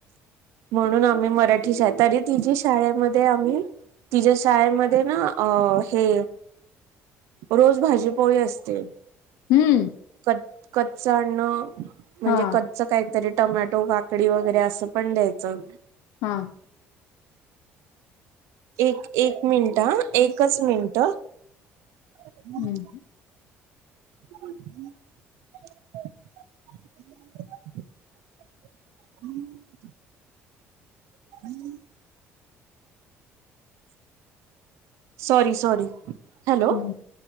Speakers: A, on the right (about 75°); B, on the left (about 85°).
A: म्हणून आम्ही मराठी शाळ तरी तिझी शाळेमध्ये आम्ही तिज्या शाळेमध्ये ना, अ हे रोज भाजी-पोळी असते.
B: हम्म.
A: कच कच्च अन्न. म्हणजे
B: हां,
A: क च काहीतरी टमॅटो, काकडी वगैरे असं पण द्यायचं.
B: हा.
A: एक एक मिनिट अ. एकच मिनट. <unintelligible>
B: हं,
A: <unintelligible> <unintelligible> <unintelligible> सॉरी सॉरी. हॅलो.
B: हं.